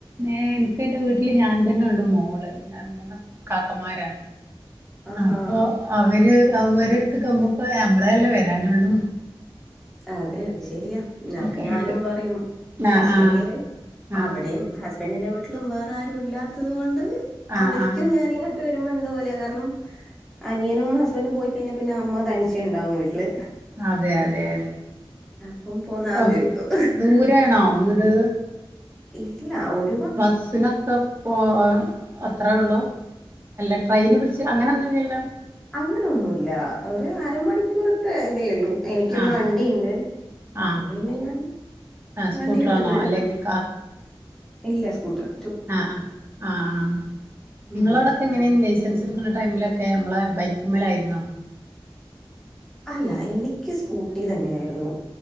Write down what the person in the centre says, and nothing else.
ആഹാ
അതെ അത് ശെരിയാ അത്
ഞാനും
പറയും
പക്ഷേങ്കില്
അവിടെയും ഹസ്ബൻഡിന്റെ വീട്ടിലും വേറാരും ഇല്ലാത്തത് കൊണ്ട്
അവരിക്കും
ഞാനിങ്ങോ ട്ട് വരുമ്പോ എന്തോ പോലേ കാരണം അനിയനും ഹസ്ബഡും പോയി കഴിഞ്ഞാ പിന്നെ അമ്മ തനിച്ചേണ്ടാവും വീട്ട്ല്
അപ്പം പോന്നാന്ന്
ചോദിക്കും
ഇല്ല ഒരു
അങ്ങനൊന്നുല്ലാ ഒരു അരമണിക്കൂറത്തെ ഇതേ ഒള്ളൂ എനിക്കും
വണ്ടിയ്ണ്ട്
അതോണ്ട് പിന്നെ ഞാൻ
വണ്ടി ഇട്ത്തിട്ട് വരും
ഇല്ല സ്കൂട്ടറ്
ഉം
അതെ
അല്ല എനിക്ക് സ്കൂട്ടി തന്നെ ആയിരുന്നു